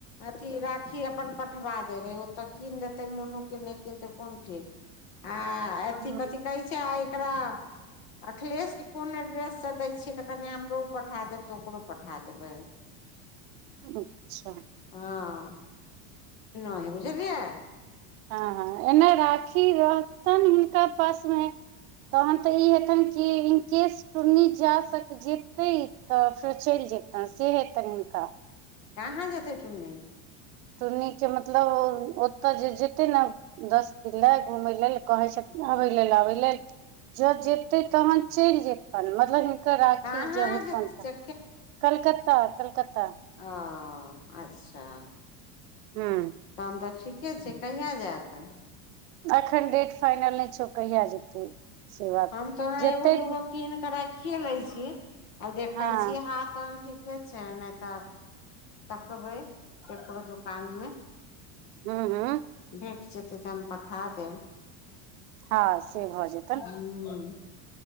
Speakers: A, on the left; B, on the right.
A: अथी राखी अपन पठवा देबै ओत कीन देतै मोनूके नहि कीनतै कोन ठीक आ
B: ह
A: कथी कहे छै आ एकरा अखिलेशके कोन एड्रेससँ दै छियै त कनि हमरो पठा देबै त ओकरो पठा देबै
B: अच्छा।
A: हँ ओहि बुझलियै
B: ह ह एना राखी रखतन नका पास मे तहन तऽ ई हेतन कि इनक केस। टुनी जा सक जेतै तऽ फेर चलि जेतनि से हेतनि हिनका।
A: कहाँ जेतै तुनी
B: टुनी के मतलब हो ओतऽ जे जेतै ने दस दिन लय घूमय लेल कहै छथिन आबय लेल आबय लेलऽ जेते तहन चलि जेतन मधर राखी
A: कहाँ
B: हेतैन त
A: जे
B: कलकत्ता कलकत्ता
A: हा अच्छा
B: हूँ।
A: तहन त ठीके छै कहिया जायत
B: एखन डेट फाइनल नहि छै। कहिया जेतै से बात
A: हम तो ओना
B: जेतै
A: एगो दूगो
B: तऽ-
A: कीन के राखिए लै छी अ देखे
B: हँ
A: छीयै हाथ तहन ठीके छै नै तऽ देखबै ककरो दुकान मे
B: उ उ
A: भेट जेतै तऽ हम पठा देब।
B: ह से भऽ जेतैन
A: हूँ,